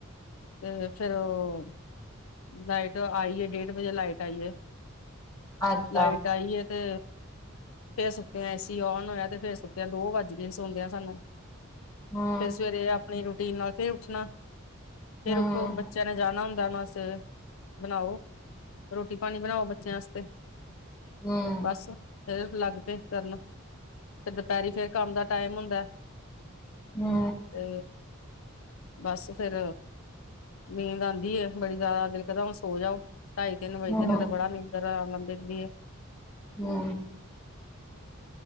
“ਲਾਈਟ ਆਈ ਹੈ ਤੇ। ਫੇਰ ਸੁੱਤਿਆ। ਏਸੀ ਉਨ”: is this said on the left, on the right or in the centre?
Left